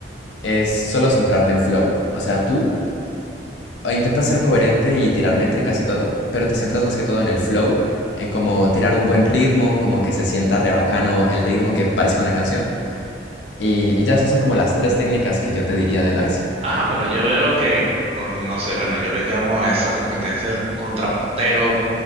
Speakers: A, on the left; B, on the right.
A: es solo centrarte en flow. O sea, tú o intentas ser coherente y tirar métricas y todo, pero te centras más que todo en el flow, en cómo tirar un buen ritmo, como que se sienta re bacano el ritmo que parezca una canción. Y, y ya esas son como las tres técnicas que yo te diría del ABC.
B: Ajá, pero yo veo que, por no sé, bueno, yo le llamo a esas competencias contrapunteo